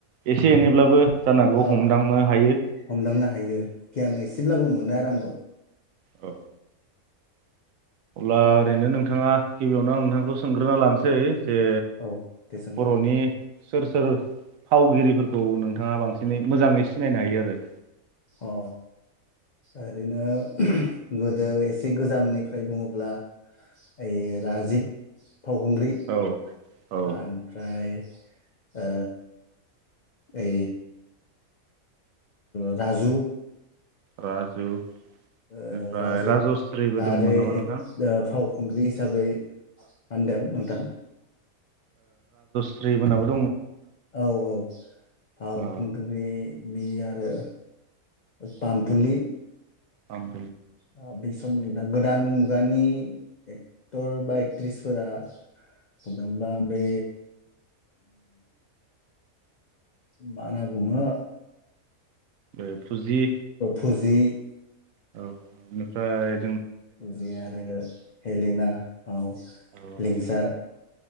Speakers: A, on the right (about 70°); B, on the left (about 85°).
A: एस से एनैब्लाबो जानो हागौ
B: ओ
A: हमदांनो हायो
B: हमदांनो हायो गियान एसेब्लाबो मोनो आरो आंबो।
A: औ अब्ला ओरैनो नोंथाङा गिबियावनो आं नोंथांखौ सोंग्रोना लानसै। जे
B: औ दे सोंलाय
A: बर'नि सोर-सोर फावगिरिफोरखौ नोंथाङा बांसिनै मोजाङै सिनायनो हायो आरो?
B: अ ओरैनो गोदो एसे गोजामनिफ्राय बुङोब्ला ओइ राजिब फावखुंग्रि
A: औ औ
B: ओनफ्राय ओ ओए राजु
A: राजु बेनिफ्राय
B: ओ राजु
A: राजस्रिबो दंमोन
B: आरो
A: नामा
B: एक
A: नोंथां
B: ओ फाव खुंग्रि हिसाबै होनदों नोंथां
A: जै बोनाबोल
B: औ औ फाव
A: औ
B: खुंग्रि बे आरो पामफुलि
A: ओम
B: आ बिस समनि बा गोदान मुगानि एक्टर बा एक्ट्रिसफोरा बुंनो थांङोबा बे मा होना बुङो?
A: <unintelligible> फुजि
B: फुजि
A: औ ओनिफ्राय
B: फुजि आरो हेलेना औ
A: औ
B: लिंसार